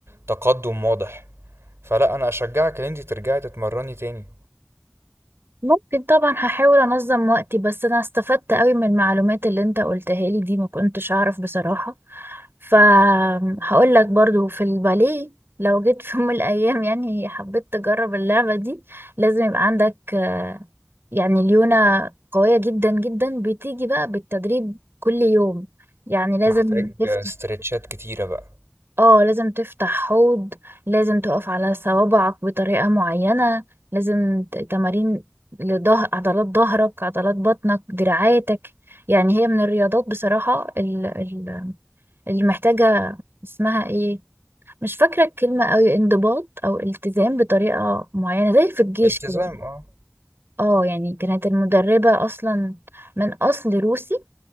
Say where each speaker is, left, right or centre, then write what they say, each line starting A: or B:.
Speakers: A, on the right; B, on the right.
A: تقدم واضح فلا انا اشجعك ان انت ترجعي تتمرني تاني
B: ممكن طبعا هحاول انظم وقتي بس انا استفدت قوي من المعلومات اللي انت قلتها لي دي ما كنتش اعرف بصراحة فهقول لك برضو في الباليه لو جيت في يوم من الايام يعني حبيت تجرب اللعبة دي لازم يبقى عندك آه، يعني ليونة قوية جدا جدا بتيجي بقى بالتدريب كل يوم يعني لازم
A: محتاج
B: تفت
A: استرتشات كتيرة بقى
B: اه لازم تفتح حوض لازم تقف على صوابعك بطريقة معينة لازم ت- تمارين لظهر عضلات ظهرك عضلات بطنك دراعاتك يعني هي من الرياضات بصراحة ال- ال- اللي محتاجة اسمها ايه مش فاكرة الكلمة قوي انضباط او التزام بطريقة معينة زي في الجيش
A: التزام
B: كده
A: اه
B: اه يعني كانت المدربة اصلا من اصل روسي